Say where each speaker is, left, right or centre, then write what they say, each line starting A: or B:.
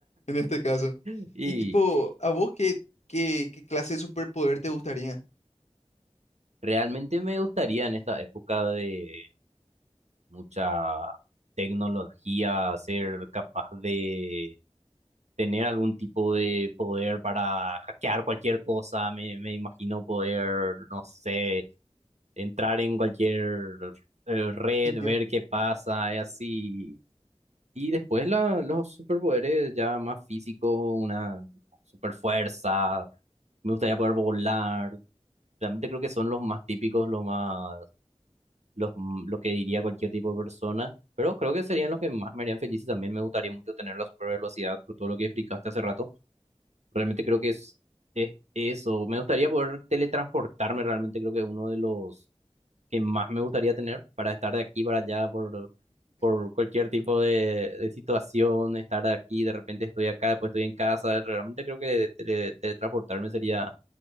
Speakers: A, on the left; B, on the right.
A: en este caso.
B: <laughs> Y
A: Y tipo, ¿a vos qué, qué, qué clase de superpoder te gustaría?
B: Realmente me gustaría en esta época de mucha tecnología ser capaz de tener algún tipo de poder para hackear cualquier cosa. Me, me imagino poder, no sé, entrar en cualquier eh, red,
A: Sí, tío.
B: ver qué pasa y así. Y después la- los superpoderes ya más físicos, una super fuerza. Me gustaría poder volar. Realmente creo que son los más típicos, los más los, m- lo que diría cualquier tipo de persona, pero creo que serían los que más me harían feliz y también me gustaría mucho tener la super velocidad por todo lo que explicaste hace rato. Realmente creo que es, es eso. Me gustaría poder teletransportarme, realmente creo que es uno de los que más me gustaría tener para estar de aquí para allá por, por cualquier tipo de, de situación, estar aquí, de repente estoy acá, después estoy en casa. Realmente creo que tele- teletransportarme sería